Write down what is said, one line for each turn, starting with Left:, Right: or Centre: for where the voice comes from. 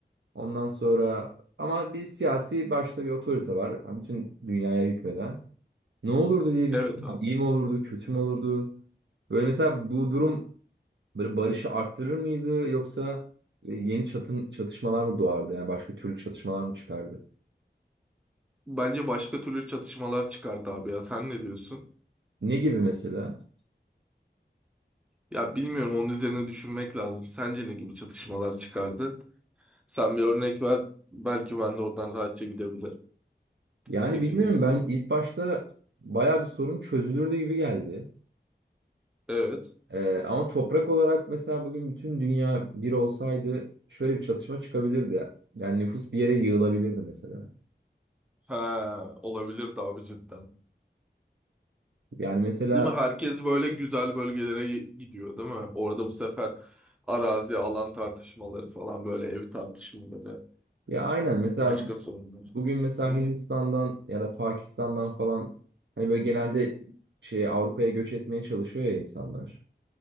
Right: Ondan sonra ama bir siyasi başta bir otorite var. Yani bütün dünyaya hükmeden. Ne olurdu diye düşündüm.
Centre: Evet abi.
Right: Yani İyi mi olurdu, kötü mü olurdu? Böyle mesela bu durum böyle barışı arttırır mıydı yoksa e, yeni çatım, çatışmalar mı doğardı? Yani başka türlü çatışmalar mı çıkardı?
Centre: Bence başka türlü çatışmalar çıkardı abi ya. Sen ne diyorsun?
Right: Ne gibi mesela?
Centre: Ya bilmiyorum onun üzerine düşünmek lazım. Sence ne gibi çatışmalar çıkardı? Sen bir örnek ver. Belki ben de oradan rahatça gidebilirim.
Right: Yani
Centre: Fikrimi
Right: bilmiyorum
Centre: yürütebilirim.
Right: ben ilk başta baya bir sorun çözülürdü gibi geldi.
Centre: Evet.
Right: Ee, ama toprak olarak mesela bugün bütün dünya bir olsaydı şöyle bir çatışma çıkabilirdi. Yani nüfus bir yere yığılabilirdi mesela.
Centre: Ha, olabilir de abi cidden.
Right: Yani mesela
Centre: Değil mi? Herkes böyle güzel bölgelere gidiyor değil mi? Orada bu sefer arazi, alan tartışmaları falan böyle ev tartışmaları.
Right: ya aynen mesela
Centre: Başka sorunlar.
Right: bugün mesela
Centre: Hmm,
Right: Hindistan'dan ya da Pakistan'dan falan hani böyle genelde şey Avrupa'ya göç etmeye çalışıyor ya insanlar.